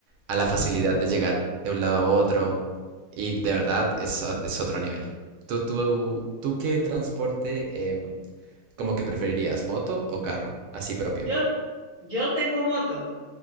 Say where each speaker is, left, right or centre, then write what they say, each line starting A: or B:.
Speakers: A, on the right; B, on the right.
A: a la
B: Mm.
A: facilidad de llegar de un lado a otro y de verdad es, o- es otro nivel. ¿Tú, tú, tú qué transporte em, como
B: <clears throat>
A: que preferirías, moto o carro? Así propio.
B: Yo, yo tengo moto.